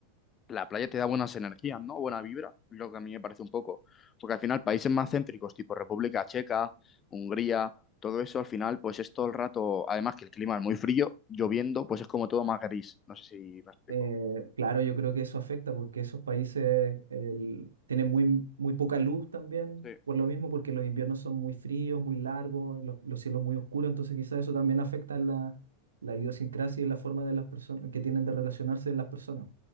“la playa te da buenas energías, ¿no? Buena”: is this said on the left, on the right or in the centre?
Left